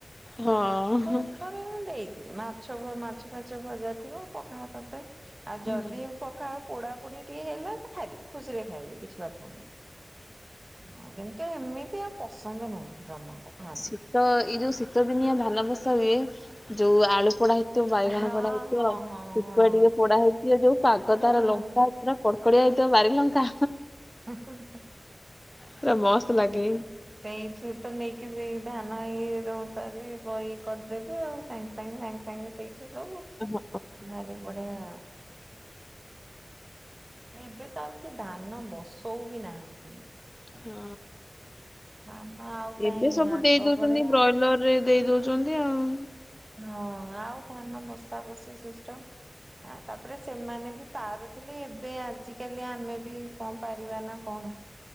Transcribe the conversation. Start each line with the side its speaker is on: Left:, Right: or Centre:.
Left: ହଁ।
Right: ତଥରେ ମୁ ଦେଇ ମାଛ ଭ ମାଛ ଫାଚ ଭଜା ଥିବ ପଖାଳ କରଦେ ଆଉ
Left: ହୁଁ
Right: ଯଦି ପଖାଳ ପୋଡା ପୋଡିଏ ଟିଏ ହେଲେ ସେ ଖାଇଦେବେ ଖୁସିରେ ଖାଇବେ କିଛି କଥା ନାହିଁ। କିନ୍ତୁ ହିମିତି ଆଉ ପସନ୍ଦ ନୁହଁ ଜମା। ସେ ଖାଆନ୍ତିନି।
Left: ଶୀତ ଏଇ ଯୋଉ ଶୀତ ଦିନିଆ ଧାନ ବସା ହୁଏ ଯୋଉ ଆଳୁ ପୋଡା ହେ ବାଇଗଣ
Right: ହଁ
Left: ପୋଡା ହେଇଥିବ
Right: ହଁ ହଁ
Left: ସୁକୁଆ
Right: ହଁ
Left: ଟିକେ ପୋଡା ହେଇଥିଲେ ଯୋଉ ପାଗ
Right: ହଁ।
Left: ତାର ଲଙ୍କା ପୁରା ପ ପଡିଆ ହେଇଥବ ବାରି ଲଙ୍କା।
Right: ହ ହ ହ।
Left: ପୁରା ମସ୍ତ ଲାଗେ।
Right: ସେଇଥି ତ ନେଇକି। ସେଇ ଧାନ ଇଏ ଅନୁସାରେ ବ କରିଦେବେ ଆଉ ସାଙ୍ଗେ ସାଙ୍ଗେ ସାଙ୍ଗେ ସାଙ୍ଗେ ସେଇଠି। ସବୁ
Left: ହଁ।
Right: ନାଲି ପଡିଆ। ଏବେ ତ ଆଉ କି ଧାନ ବସଉ ବି ନାହାନ୍ତି।
Left: ହଁ।
Right: ଧାନ ଆଉ କାହିଁ
Left: ଏବେ ସବୁ
Right: ଆଗ
Left: ଦେଇ ଦଉଛନ୍ତି
Right: ଭଳିଆ
Left: ବ୍ରଏଲର ରେ ଦେଇ ଦଉଛନ୍ତି ଆଉ।
Right: ହଁ ଆଉ ଧାନ ବସା ବସି ସିଷ୍ଟମ ହଁ ତାପରେ ସେମାନେ ବି ପାରୁଥିଲେ ଏବେ ଆଜିକାଲି ଆମେ ବି କଣ ପାରିବା ନା କଣ।